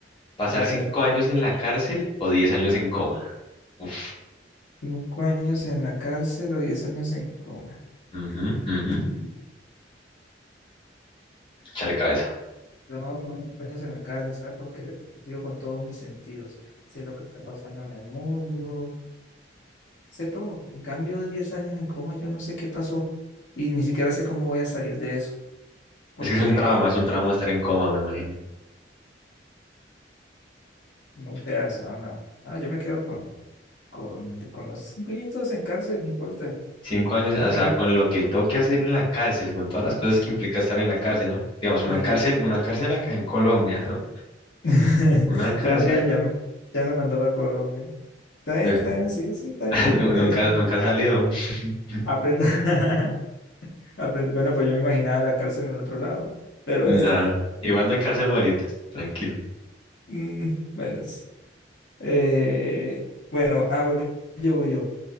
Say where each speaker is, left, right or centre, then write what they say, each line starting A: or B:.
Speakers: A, on the left (about 30°); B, on the left (about 70°).
A: ¿Pasar
B: A
A: cinco
B: ver,
A: años en la cárcel o diez años en coma? Uf.
B: cinco años en la cárcel o diez años en coma.
A: Ujú, ujú.
B: <laughs>
A: Échale cabeza.
B: No, no, cinco años en la cárcel, ¿sabe por qué? Porque Sigo con todos mis sentidos. Sé lo que está pasando en el mundo, sé todo. En cambio, de diez años en coma, yo no sé qué pasó y ni siquiera sé cómo voy a salir de eso, porque
A: Es que es un trauma, es un trauma estar en coma, me imagino.
B: no seas, no, no, no, yo me quedo con, con, con los cinco añitos en cárcel, no importa.
A: Cinco años, o
B: Apren-
A: sea, con lo que toque hacer en la cárcel, con todas las cosas que implica estar en la cárcel, ¿no? Digamos, una
B: Sí.
A: cárcel, una cárcel acá en Colombia, ¿no?
B: <laughs>
A: Una cárcel.
B: Ya, ya, me ya me mandó para Colombia. Está bien,
A: Eh,
B: está bien, sí, sí, está bien,
A: <laughs> nu-
B: está
A: nunca,
B: bien.
A: nunca
B: A
A: ha salido. <laughs>
B: aprendo. <laughs> aprendo- Bueno, pues yo me imaginaba la cárcel en otro lado. Pero
A: Nada.
B: bueno, está bien.
A: Igual no en cárcel bonita. Tranquilo.
B: Mm, bueno, es- eh, bueno, ah, voy yo, voy yo,